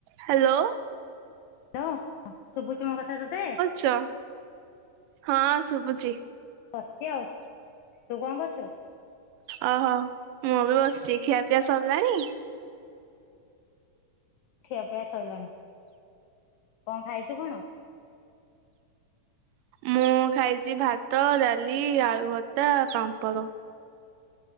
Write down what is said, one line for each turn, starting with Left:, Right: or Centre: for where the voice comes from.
Right: ହାଲୋ।
Left: ହାଲୋ ସୁୁଭୁଚି ମୋ କଥା ତତେ
Right: ଚ ହଁ ଶୁଭୁଚି।
Left: ବସଚି ଆଉ ତୁ କଣ କରୁଚୁ?
Right: ଓହୋ ମୁଁ ବି ବସଚି ଖିଆପିଆ ସରିଲାଣି
Left: ଖିଆପିଆ ସଇଲାଣି, କଣ ଖାଇଛ କଣ?
Right: ମୁଁ ଖାଇଛି ଭାତ, ଡାଲି, ଆଳୁ ଭତା, ପାମ୍ପଡ଼।